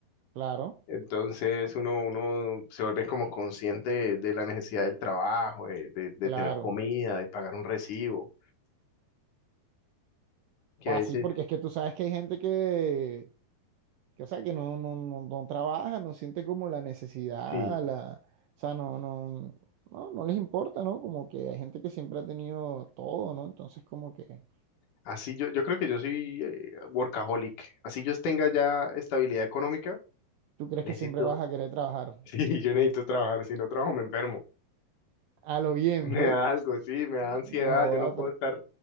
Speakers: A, on the right (about 80°); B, on the left (about 55°).
A: Claro,
B: entonces uno, uno se vuelve como consciente de, de la necesidad del trabajo, de, de, de
A: claro.
B: tener comida, de pagar un recibo, que
A: O
B: a veces,
A: así, porque es que tú sabes que hay gente que, que o sea, que no, no, no, no trabaja, no siente como la necesidad,
B: sí.
A: la, o sea, no, no, no, no les importa, ¿no? Como que hay gente que siempre ha tenido todo, ¿no? Entonces, como que
B: Así yo, yo creo que yo soy eh, workaholic. Así yo tenga ya estabilidad económica.
A: tú crees
B: Necesito
A: que siempre vas a querer trabajar.
B: Sí, yo necesito trabajar. Si no trabajo, me enfermo. <laughs>
A: A lo bien,
B: Me
A: bro.
B: da algo, sí, me da
A: No
B: ansiedad.
A: joda,
B: Yo no puedo
A: pero...
B: estar